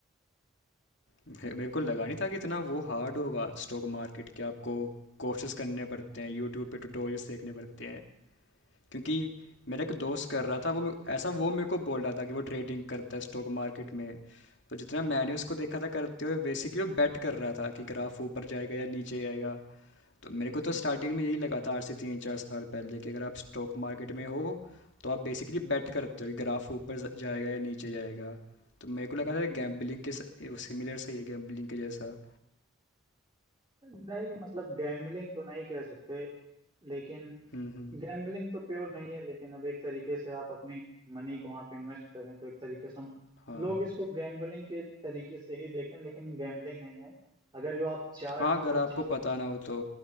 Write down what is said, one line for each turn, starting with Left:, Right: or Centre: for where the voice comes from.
Left: मे- मेरे को लगा नहीं था कि इतना वो हार्ड होगा स्टॉक मार्केट के आपको कोर्सेज करने पड़ते हैं यूट्यूब पे ट्यूटोरियल्स देखने पड़ते हैं क्योंकि मेरा एक दोस्त कर रहा था वो मे- ऐसा वो मेरे को बोल रहा था कि वो ट्रेडिंग करता है स्टॉक मार्केट में तो जितना मैंने उसको देखा था करते हुए बेसिकली वो बेट कर रहा था कि ग्राफ ऊपर जाएगा या नीचे आएगा तो मेरे को तो स्टार्टिंग में यही लगा था आज से तीन चार साल पहले कि अगर आप स्टॉक मार्केट में हो तो आप बेसिकली बेट करते हो कि ग्राफ ऊपर ज- जाएगा या नीचे जाएगा तो मेरे को लगा था
Right: हम्म,
Left: गैम्बलिंग के सिमिलर सही है गैम्बलिंग के जैसा
Right: नहीं मतलब गैम्बलिंग तो नहीं कह सकते लेकिन
Left: हम्म हम्म
Right: गैम्बलिंग तो प्योर नहीं है लेकिन अब एक तरीके से आप अपने मनी को वहां पे इन्वेस्ट करें तो एक तरीके से हम
Left: हाँ
Right: लोग इसको गैम्बलिंग के तरीके से ही देखते हैं लेकिन गैम्बलिंग नहीं है अगर जो आप चार्ट्स
Left: हाँ अगर
Right: को
Left: आपको
Right: अच्छे से
Left: पता ना हो तो